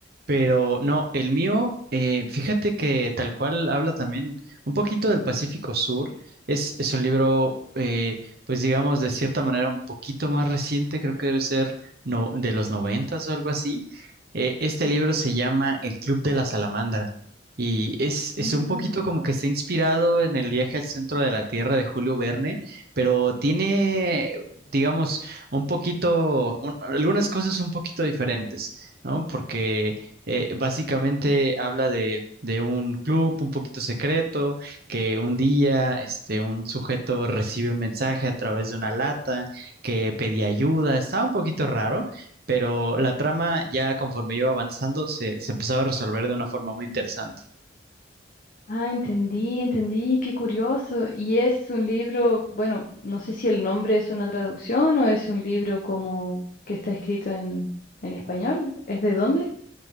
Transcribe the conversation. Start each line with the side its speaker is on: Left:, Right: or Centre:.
Right: pero no, el mío, eh, fíjate que tal cual habla también un poquito del Pacífico Sur. Es, es un libro, eh, pues digamos, de cierta manera un poquito más reciente, creo que debe ser no, de los noventas o algo así. Eh, este libro se llama El Club de la Salamandra y es, es
Left: Mm,
Right: un poquito como que está inspirado en el viaje al centro de la Tierra de Julio Verne, pero tiene, digamos, un poquito, un- algunas cosas un poquito diferentes, ¿no? Porque eh, básicamente habla de, de un club un poquito secreto, que un día este, un sujeto recibe un mensaje a través de una lata, que pedía ayuda, estaba un poquito raro. Pero la trama ya conforme iba avanzando se, se empezaba a resolver de una forma muy interesante.
Left: Ah, entendí, entendí, qué curioso. Y es un libro, bueno, no sé si el nombre es una traducción o es un libro como que está escrito en, en español. ¿Es de dónde?